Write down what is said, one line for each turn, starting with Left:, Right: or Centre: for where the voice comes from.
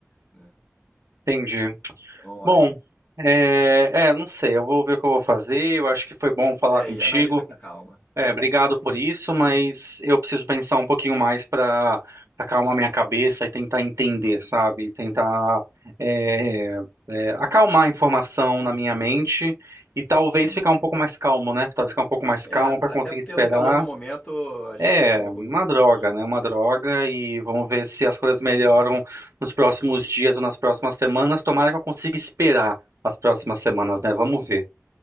Left: né?
Right: Entendi.
Left: Então,
Right: Bom,
Left: a,
Right: é, é, não sei, eu vou ver o que eu vou fazer. Eu acho que foi bom falar
Left: Vê aí,
Right: contigo.
Left: analisa com calma.
Right: É, obrigado por isso, mas eu preciso pensar um pouquinho mais para acalmar minha cabeça e tentar entender, sabe? Tentar é, é, acalmar a informação na minha mente e talvez
Left: Sim,
Right: ficar
Left: sim.
Right: um pouco mais calmo, né? Talvez ficar um pouco mais
Left: É,
Right: calmo para
Left: até
Right: conseguir
Left: porque
Right: esperar.
Left: no calor do momento a gente
Right: É,
Left: não toma
Right: uma
Left: boas decisões.
Right: droga, né? Uma droga e vamos ver se as coisas melhoram nos próximos dias ou nas próximas semanas. Tomara que eu consiga esperar as próximas semanas, né? Vamos ver.